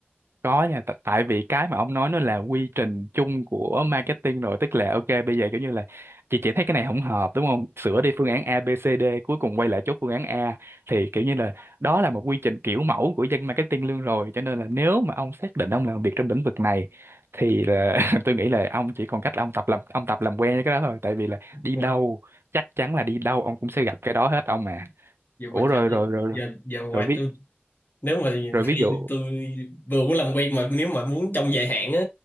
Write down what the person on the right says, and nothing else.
Có nha, t- tại vì cái mà ông nói nó là quy trình chung của marketing rồi, tức là ok bây giờ kiểu như là chị chị thấy cái này không hợp đúng không? Sửa đi phương án A, B, C, D, cuối cùng quay lại chốt phương án A thì kiểu như là đó là một quy trình kiểu mẫu của dân marketing luôn rồi, cho nên là nếu mà ông xác định ông làm việc trong lĩnh vực này thì là <laughs> tôi nghĩ là ông chỉ còn cách là ông tập làm ông tập làm quen với cái đó thôi, tại vì là đi
đâu chắc chắn là đi đâu ông cũng sẽ gặp cái đó hết ông mà.
Ủa
rồi
rồi rồi
rồi ví
rồi
ví dụ